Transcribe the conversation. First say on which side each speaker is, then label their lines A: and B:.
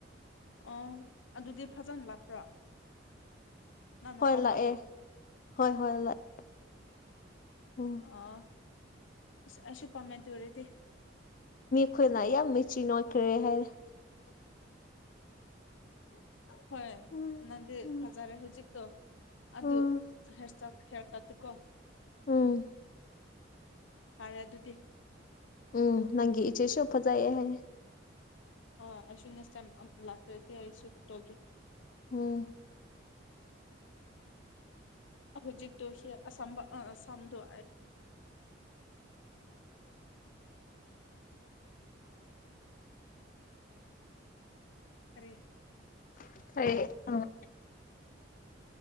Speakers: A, on the left; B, on the left.
A: ꯑꯣ ꯑꯗꯨꯗꯤ ꯐꯖꯅ ꯂꯥꯛꯄ꯭ꯔꯣ ꯅꯪꯅ
B: ꯍꯣꯏ
A: ꯄꯥꯝꯕꯗꯣ
B: ꯂꯥꯛꯑꯦ ꯍꯣꯏ ꯍꯣꯏ ꯂꯥꯛꯑꯦ ꯎꯝ
A: ꯑꯣ ꯑꯩꯁꯨ ꯄꯥꯝꯃꯦ ꯗꯨꯑꯣꯏꯔꯗꯤ
B: ꯑꯩꯈꯣꯏꯅ ꯌꯥꯝ ꯃꯦꯆꯤꯟ ꯑꯣꯏꯈ꯭ꯔꯦ ꯍꯥꯏꯔꯦ
A: ꯍꯣꯏ
B: ꯎꯝ
A: ꯅꯪꯗꯤ
B: ꯎꯝ
A: ꯐꯖꯔꯦ ꯍꯧꯖꯤꯛꯇꯛꯇꯣ ꯑꯗꯨ
B: ꯎꯝ
A: ꯍꯦꯏꯔꯏꯁꯂꯥꯏꯜ ꯍꯌꯥꯔꯀꯠꯇꯨꯀꯣ
B: ꯎꯝ
A: ꯐꯔꯦ ꯑꯗꯨꯗꯤ
B: ꯎꯝ ꯅꯪꯒꯤ ꯏꯆꯦꯁꯨ ꯐꯖꯩ ꯍꯥꯏꯌꯦ
A: ꯍꯣꯏ ꯑꯩꯁꯨ ꯅꯦꯛꯁ ꯇꯥꯏꯝ ꯂꯥꯛꯂꯗꯤ ꯑꯩꯁꯨ ꯇꯧꯒꯦ
B: ꯎꯝ
A: ꯍꯧꯖꯤꯛꯇꯨ ꯁꯤ ꯁꯝꯕ ꯑ ꯁꯝꯗꯨꯣ <unintelligible> <unintelligible>
B: <unintelligible>